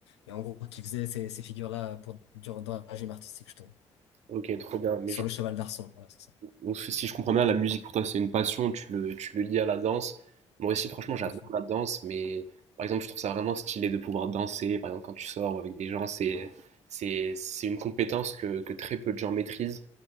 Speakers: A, on the left; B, on the right.
A: et en gros, qui faisait ces, ces figures-là pour, durant, dans la gym artistique, justement.
B: Ok, trop bien. Mais
A: Sur
B: genre
A: le cheval d'Arçon, voilà, c'est ça.
B: Donc si si je comprends bien, la musique pour toi c'est une passion, tu le, tu le lies à la danse. Moi aussi franchement
A: Tout
B: j'adore
A: à fait.
B: la danse, mais par exemple je trouve ça vraiment stylé de pouvoir danser, par exemple quand tu sors avec des gens, c'est, c'est, c'est une compétence que, que très peu de gens maîtrisent.